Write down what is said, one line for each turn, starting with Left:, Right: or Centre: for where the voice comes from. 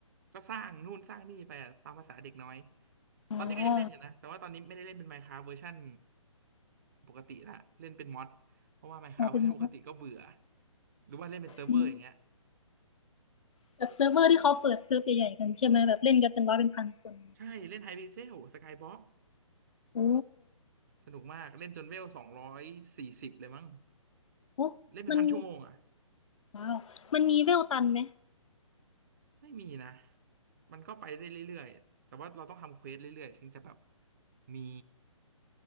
Right: ก็สร้างนู่นสร้างนี่ไปอะตามภาษาเด็กน้อย
Left: อ๋อ
Right: ตอนนี้ก็ยังเล่นอยู่นะแต่ว่าตอนนี้ไม่ได้เล่นเป็น Minecraft เวอร์ชันปกติละเล่นเป็นมอดเพราะว่า Minecraft
Left: อ๋อเป็นนัด
Right: เวอร์ชันปกติก็เบื่อหรือว่าเล่นเป็นเซิร์ฟเวอร์อย่างเงี้ย
Left: อืมแบบเซิร์ฟเวอร์ที่เขาเปิดเซิร์ฟใหญ่ๆกันใช่ไหมแบบเล่นกันเป็นร้อยเป็นพันคน
Right: ใช่เล่นไฮพิกเซลสกายบ็อก
Left: โอ้
Right: สนุกมากเล่นจนเวลสองร้อยสี่สิบเลยมั้ง
Left: โอ้มัน
Right: เล่นเป็นพันชั่วโมงอ่ะ
Left: ว้าวมันมีเวลตันไหม
Right: ไม่มีนะมันก็ไปได้เรื่อยๆแต่ว่าเราต้องทำเควสเรื่อยๆถึงจะแบบมี